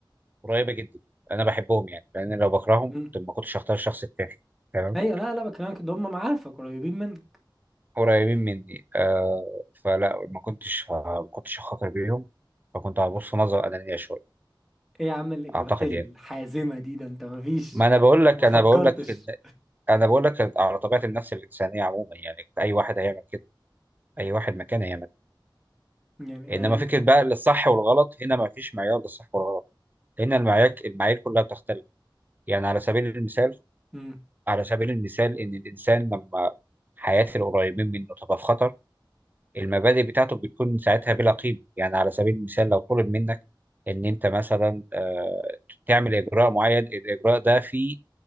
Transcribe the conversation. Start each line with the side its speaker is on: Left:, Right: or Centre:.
Right: قريبة جدا أنا بحبهم يعني لأن لو بكرههم
Centre: مم.
Right: كنت ما كنتش هختار الشخص التاني تمام
Centre: ايوه لا لا بكلمك ان هم معارفك قريبين منك
Right: قريبين مني آه فلا ما كنتش ما كنتش هخاطر بيهم فكنت هبص نظرة أنانية شوية
Centre: ايه يا عم الاجابات
Right: أعتقد
Centre: الحازمة
Right: يعني
Centre: دي ده انت ما فيش
Right: ما أنا
Centre: <laughs> انت
Right: بقول لك
Centre: ما فكرتش
Right: أنا بقول لك إن أنا بقول لك على طبيعة النفس الإنسانية عموما يعني أي واحد هيعمل كده أي واحد مكان هيعمل كده.
Centre: يعني
Right: إنما
Centre: انا
Right: فكرة بقى الصح والغلط هنا ما فيش معيار للصح والغلط لأن المعايير المعايير كلها بتختلف يعني على سبيل المثال
Centre: مم.
Right: على سبيل المثال إن الإنسان لما حياة القريبين منه تبقى في خطر المبادئ بتاعته بتكون ساعتها بلا قيمة يعني على سبيل المثال لو طلب منك إن أنت مثلا آه، تعمل إجراء معين الإجراء ده في